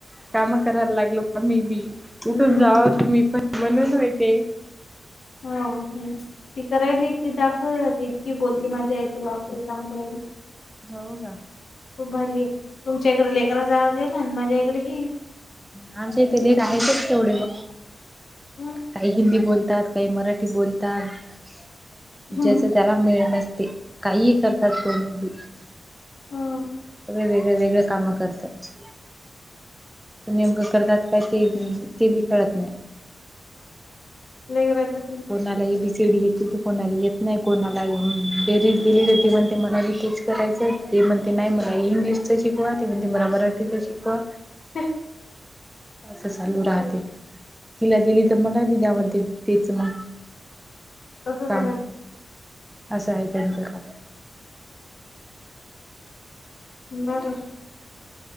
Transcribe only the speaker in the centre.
काम करायला लागलो बा मे बी उठून
जावा होतु मी पण बणून होय ते
हो का
आमच्या इथे लेख आहेचच तेवढे मग
काही हिंदी बोलतात काही मराठी बोलतात
जस त्याला ळ नसते काहीही करतात कोणी बी
वे वेगळे वेगळे्या कामं करतात निग करतात काय ते ते बी खेळत नाही
कोणालाही सीडी येते तर कोणाला येत नाही कोणाला बेरी दिली जाते पण ते मला री तेच करायचं ते म्हणते नाही मला इंग्लिशचं शिकवा ते म्हणते मला मराठीचं शिकवा
असं चालू राहते. तिला दिली तर म्हणल बी द्या, म्हणती तेच मग
काम.
असं आहे त्यांचं काम.